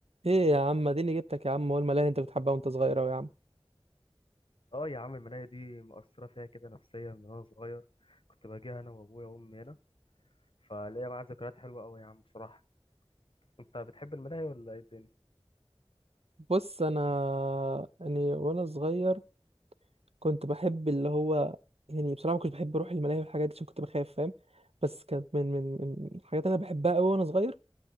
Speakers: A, on the right (about 80°); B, on the left (about 60°).
A: ايه يا عم اديني جبتك يا عم هو الملاهي اللي انت بتحبها وانت صغير اوي يا عم
B: اه يا عم المناية دي مأثرة فيها كده نفسيا من وانا صغير كنت باجيها انا وابويا وامي هنا فليا معاها ذكريات حلوة قوي يا عم بصراحة انت بتحب الملاهي ولا ايه الدنيا
A: بص انا يعني وانا صغير كنت بحب اللي هو يعني بصراحه ما كنتش بحب اروح الملاهي والحاجات دي عشان كنت بخاف فاهم بس كانت من من من الحاجات اللي انا بحبها قوي وانا صغير